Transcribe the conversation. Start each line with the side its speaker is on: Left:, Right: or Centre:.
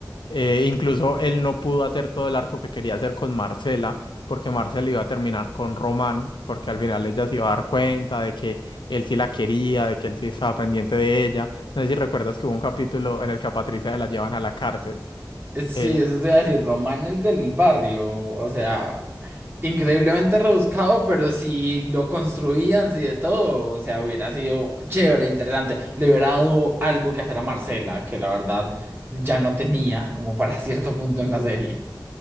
Left: Eh, incluso él no pudo hacer todo el arco que quería hacer con Marcela, porque Marcela iba a terminar con Román, porque al final ella se iba a dar cuenta de que él sí la quería, de que él sí estaba pendiente de ella. No sé si recuerdas que hubo un capítulo en el que a Patricia se la llevan a la cárcel.
Right: Sí,
Left: eh,
Right: eso te iba a decir, Román el del barrio, o sea, increíblemente rebuscado, pero si lo construían, si de todo, o sea, hubiera sido chévere, interesante. Le hubiera dado algo que hacer a Marcela, que la verdad ya no tenía como para <laughs> cierto punto en la serie.